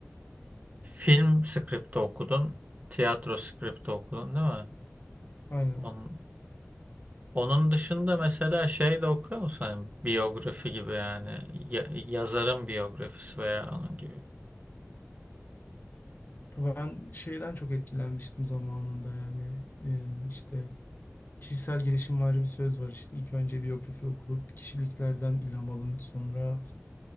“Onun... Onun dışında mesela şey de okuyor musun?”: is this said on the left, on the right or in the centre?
Right